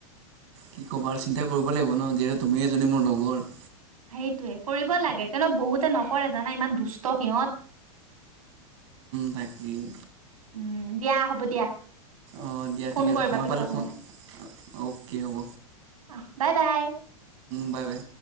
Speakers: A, on the right; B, on the right.
A: কি ক'বা আৰু চিন্তা কৰিব লাগিব ন যিহেতু তুমি এজনী মোৰ লগৰ।
B: সেইটোয়ে কৰিব লাগে কিয়নো বহুতে নকৰে জানা ইমান দুষ্ট সিহঁত।
A: তাকেই।
B: উম দিয়া হ'ব দিয়া।
A: অঁ দিয়া
B: ফোন
A: ঠিক আছে
B: কৰিবা
A: সময়
B: পিছত
A: পালে ফোন
B: মোক
A: অকে হ'ব।
B: অ বাই বাই।
A: Bye bye.